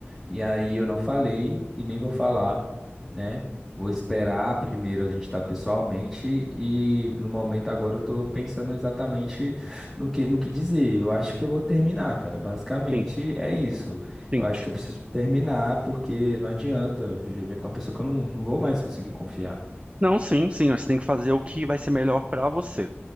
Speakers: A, in the centre; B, on the right (about 30°).
A: E aí eu não falei e nem vou falar, né? Vou esperar primeiro a gente estar pessoalmente e no momento agora eu tô pensando exatamente no que no que dizer. Eu acho que eu vou terminar, cara. Basicamente
B: Sim,
A: é isso.
B: sim.
A: Eu acho que eu preciso terminar porque não adianta viver com uma pessoa que eu não, não vou mais conseguir confiar.
B: Não, sim, sim. Você tem que fazer o que vai ser melhor para você.